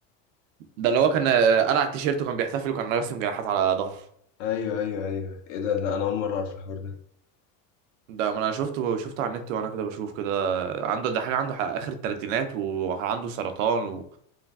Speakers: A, on the right (about 80°); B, on the left (about 65°).
A: ده اللي هو كان آه، قلع التيشيرت وكان بيحتفل وكان راسم جناحات على ظهره
B: أيوه أيوه أيوه إيه ده لا أنا أول مرة أعرف الحوار ده
A: ده ما انا شفته شفته على النت وانا كده بشوف كده عنده ده حاجه عنده اخر الثلاثينات وعنده سرطان و...